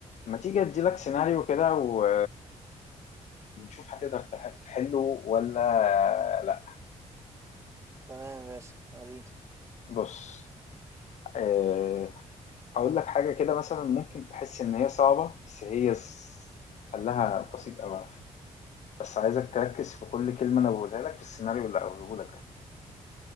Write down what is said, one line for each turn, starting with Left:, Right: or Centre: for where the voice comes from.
Left: ما تيجي اديلك سيناريو كده و... ونشوف هتقدر تح- تحله ولا لا
Right: تمام يا باشا وريني
Left: بص آه، هقول لك حاجة كده مثلا ممكن تحس ان هي صعبة بس هي س- حلها بسيط قوي على فكرة بس عايزك تركز في كل كلمة انا بقولها لك في السيناريو اللي هقوله لك ده